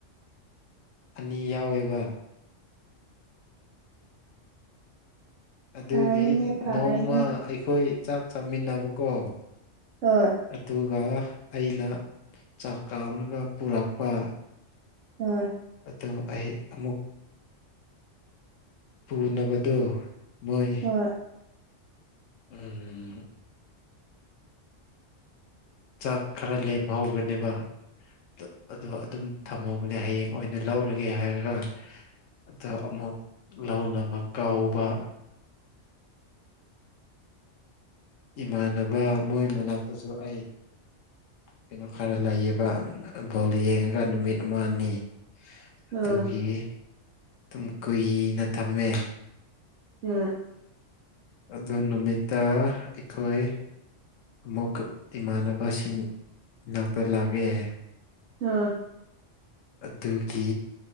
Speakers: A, on the left; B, on the right.
A: ꯑꯅꯤ ꯌꯥꯎꯋꯦꯕ ꯑꯗꯨꯒꯤ
B: ꯐꯔꯦꯅꯦ ꯐꯔꯦꯅꯦ
A: ꯅꯣꯡꯃ ꯑꯩꯈꯣꯏ ꯆꯥꯛ ꯆꯥꯃꯤꯟꯅꯕꯀꯣ
B: ꯍꯣꯏ
A: ꯑꯗꯨꯒ ꯑꯩꯅ ꯆꯥꯛ ꯀꯥꯝꯃꯒ ꯄꯨꯔꯛꯄ
B: ꯎꯝ
A: ꯑꯗꯨ ꯑꯩ ꯑꯃꯨꯛ ꯄꯨꯅꯕꯗꯨ ꯃꯣꯏ
B: ꯍꯣꯏ
A: ꯎꯝ ꯆꯥꯛ ꯈꯔ ꯂꯦꯝꯍꯧꯕꯅꯦꯕ ꯗꯣ ꯑꯗꯣ ꯑꯗꯨꯝ ꯊꯝꯍꯧꯕꯅꯦ ꯍꯌꯦꯡ ꯑꯣꯏꯅ ꯂꯧꯔꯒꯦ ꯍꯥꯏꯔꯒ ꯑꯗ ꯑꯃꯨꯛ ꯂꯧꯅꯕ ꯀꯧꯕ ꯏꯃꯥꯟꯅꯕ ꯃꯣꯏ ꯃꯅꯥꯛꯇꯁꯨ ꯑꯩ ꯀꯩꯅꯣ ꯈꯔ ꯂꯩꯌꯦꯕ ꯕꯣꯜ ꯌꯦꯡꯉꯒ ꯅꯨꯃꯤꯠ ꯑꯃ ꯑꯅꯤ ꯑꯗꯨꯒꯤ
B: ꯎꯝ
A: ꯑꯗꯨꯝ ꯀꯨꯏꯅ ꯊꯝꯃꯦ
B: <unintelligible>
A: ꯑꯗꯨ ꯅꯨꯃꯤꯠꯇ ꯑꯩꯈꯣꯏ ꯑꯃꯨꯛꯀ ꯏꯃꯥꯟꯅꯕꯁꯤꯡ ꯅꯥꯛꯇ ꯂꯥꯛꯑꯦ
B: <unintelligible>
A: ꯑꯗꯨꯒꯤ